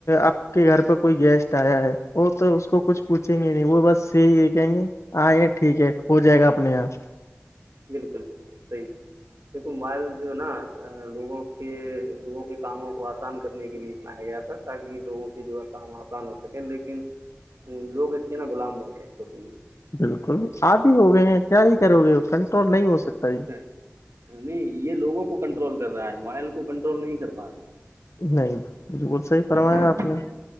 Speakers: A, on the left (about 85°); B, on the right (about 80°).
A: آپ کے گھر پہ کوئی گیسٹ آیا ہے وہ تو اس کو کچھ پوچیں گے نہیں وہ بس صحی ہے کہیں گے آ ٹھیک ہے ہو جائے گا اپنے یہاں
B: بالکل بالکل صحیح <unintelligible> دیکھو موبائل جو ہے نا لوگوں کے لوگوں کے کاموں کو آسان کرنے کے لیے بنایا گیا تھا تاکہ لوگوں کے جو ہے کام آسان ہو سکے لیکن لوگ اس کے نہا غلام بن گئے کھٹی
A: بالکل آدھی ہو گئے ہیں کیا ہی کرو گے کنٹرول نہیں ہو سکتا یہ
B: ہے نہیں یہ لوگوں کو کنٹرول کر رہا ہے موائل کو کنٹرول نہیں کر پا رہا ہے۔
A: نہیں بالکل صحیح فرمایا
B: ہاں
A: آپ نے
B: جی